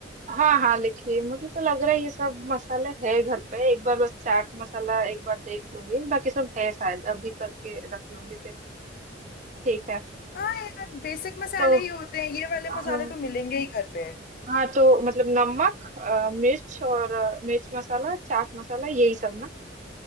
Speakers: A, on the right; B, on the left.
A: हाँ हाँ लिखिए मुझे तो लग रहा है ये सब मसाला है घर पे एक बार बस चाट मसाला एक बार देख लूंगी बाकी सब है शायद अभी करके रख लूंगी फिर ठीक है
B: हाँ यार बेसिक मसाले
A: तो
B: ही होते हैं ये वाले
A: हाँ
B: मसाले तो मिलेंगे ही घर पे
A: हाँ तो मतलब नमक अ, मिर्च और अ, मिर्च मसाला चाट मसाला यही सब ना